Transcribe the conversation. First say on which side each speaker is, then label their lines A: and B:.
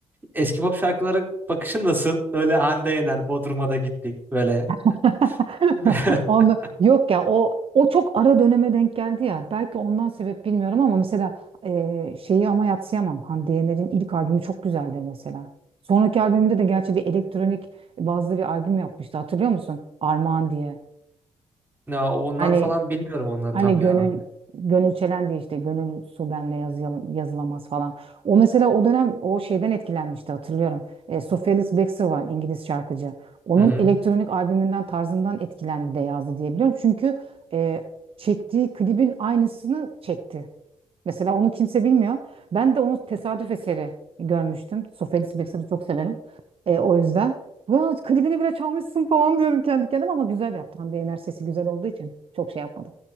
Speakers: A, on the right (about 15°); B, on the right (about 50°).
A: Eski pop şarkılara bakışın nasıl? Öyle Hande Yener, Bodrum'a da gittik. Böyle.
B: <laughs>
A: <laughs>
B: Onu, yok ya o o çok ara döneme denk geldi ya. Belki ondan sebep bilmiyorum ama mesela e, şeyi ama yadsıyamam. Hande Yener'in ilk albümü çok güzeldir mesela. Sonraki albümde de gerçi bir elektronik bazlı bir albüm yapmıştı. Hatırlıyor musun? Armağan diye.
A: Ya onlar
B: Hani
A: falan bilmiyorum onları
B: Hani
A: tam ya.
B: gönül gönül çelen diye işte gönül su benle yazı- yazılamaz falan. O mesela o dönem o şeyden etkilenmişti hatırlıyorum. E, Sofia Lis Baxter var İngiliz şarkıcı. Onun
A: Hı hı.
B: elektronik albümünden tarzından etkilendi de yazdı diyebiliyorum. Çünkü e, çektiği klibin aynısını çekti. Mesela onu kimse bilmiyor. Ben de onu tesadüf eseri görmüştüm. Sofia Ellis Baxter'ı çok severim. E, o yüzden. Ya klibini bile çalmışsın falan diyorum kendi kendime ama güzel yaptı. Hande Yener sesi güzel olduğu için çok şey yapmadım.